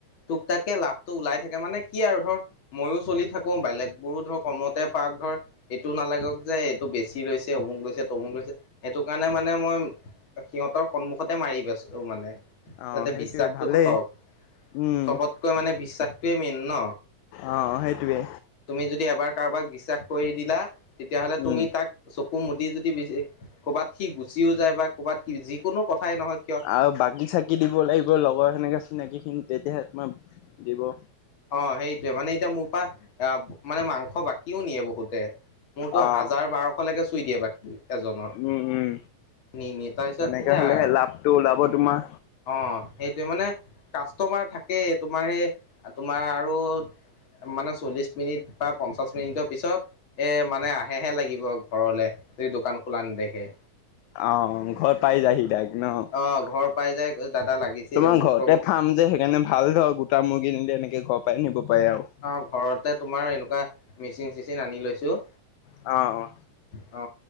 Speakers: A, on the left (about 45°); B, on the left (about 80°).
A: টোক টাক কে লাভটো ওলাই থাকে মানে কি আৰু ধৰ - মইয়ো চলি থাকো বেলেগ বোৰো ধৰ কমতে পাওক ধৰ - এইটো নালাগক যে এইটো বেছি লৈছে অমুক লৈছে তমুক লৈছে, সেইটো কাৰণে মানে মই - সিহঁতৰ সন্মুখতে মাৰিবেচো মানে
B: অ',
A: যাতে
B: সেইটোয়ে
A: বিশ্বাসটো
B: ভালেই
A: থাকক।
B: উম,
A: চবতকৈ মানে বিশ্বাসটোৱেই মেইন ন।
B: অ', সেইটোয়ে
A: তুমি যদি এবাৰ কাৰোবাক বিশ্বাস কৰি দিলা, তেতিয়াহলে
B: উম।
A: তুমি তাক - চকু মুদি যদি বিশ কবাত সি গুচিও যায় বা ক'বাত সি যিকোনো কথাই নহক -
B: আৰু বাকি চাকি দিব লাগিব লগৰ সেনেকে চিনাকি খিনি তেতিয়াহে তোমাৰ দিব।
A: অ সেইটোৱে, মানে এতিয়া মোৰ পা আহ মানে মাংস বাকীও নিয়ে বহুতে। মোৰটো
B: অ',
A: হাজাৰ বাৰশলৈকে চুই দিয়ে বাকী। এজনৰ
B: উম, উম,
A: নি নি, তাৰ পিছত
B: তেনেকে
A: সেয়া
B: হ'লেহে
A: আৰু।
B: লাভটো ওলাব তোমাৰ।
A: অ সেইটোৱে, মানে কাষ্টমাৰ থাকে তোমাৰ সেই তোমাৰ আৰু - মানে চল্লিশ মিনিট বা পঞ্চাশ মিনিটৰ পিছত - এ মানে আহেহে লাগিব ঘৰলে যদি দোকান খোলা নেদেখে।
B: অ ঘৰত পাই যাইহি ডাইৰেক্ট ন।
A: অ ঘৰ পাই যায় দাদা লাগিছিল
B: তোমাৰ
A: অমুক
B: ঘৰতে
A: তমুক
B: ফ্ৰাম যে সেইকাৰণে ভাল ধৰক গো টা মুৰ্গী নিলে এনেকে ঘৰ পাই নিব পাৰে আও।
A: অ ঘৰতে তোমাৰ এনেকুৱা মেচিন চিচিন আনি লৈছো।
B: অ অ।
A: অ।